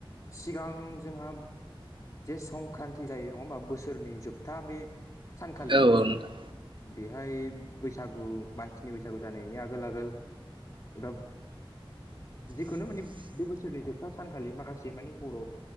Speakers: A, on the left; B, on the right.
A: सिगां जोंहा जे संक्रान्ति जायो नङाबा बोसोरनि जोबथा बे सानखालि
B: औ औ नोंथां
A: बेहाय बैसागु मानसिनि बैसागु जानायनि आगोल आगोल एबा जिखुनु माने बे बोसोरनि जोबथा सानखालि माखासे माने बर'